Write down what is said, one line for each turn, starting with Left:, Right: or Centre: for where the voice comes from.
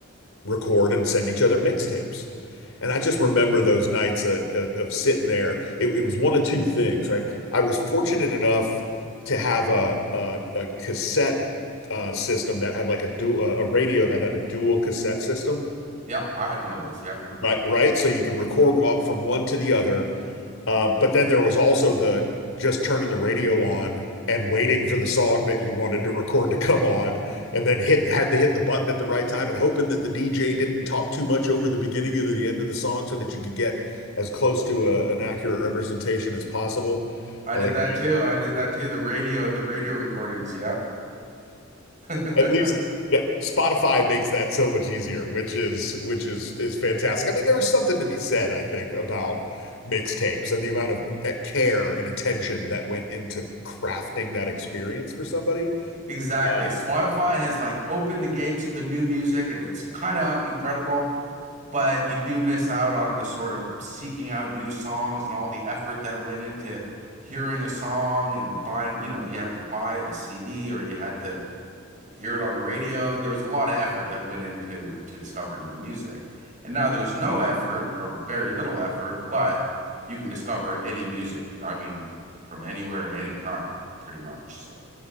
Left: record and send each other mixtapes. And I just remember those nights uh, uh, of sitting there. It, it was one of two things, right? I was fortunate enough to have a a, a cassette uh, system that had like a du a radio that had a dual cassette system,
Right: Yeah. I had one of those. Yeah.
Left: right? Right, so you can record off from one to the other, uh, but then there was also the just turning the radio on and waiting for the song that you wanted to record to come on, and then hit had to hit the button at the right time and hoping that the DJ didn't talk too much over the beginning or the end of the song so that you could get as close to a, an accurate representation as possible.
Right: I
Left: I
Right: did
Left: was like,
Right: that too. I did that too. The radio, the radio recordings. Yeah. <laughs>
Left: at least that Spotify makes that so much easier, which is which is is fantastic. I mean, there is something to be said, I think, about mixtapes and the amount of eh, care and attention that went into crafting that experience for somebody.
Right: Exactly.
Left: Uh,
Right: Spotify has like opened the gates to new music and it's kind of incredible, but you do miss out on the sort of seeking out new songs and all the effort that went into hearing a song and buying, you know, you had to buy a CD or you had to hear it on the radio. There was a lot of effort that went into to discovering new music. And now there's no effort or very little effort, but you can discover any music. You, I mean, from anywhere at any time, pretty much. So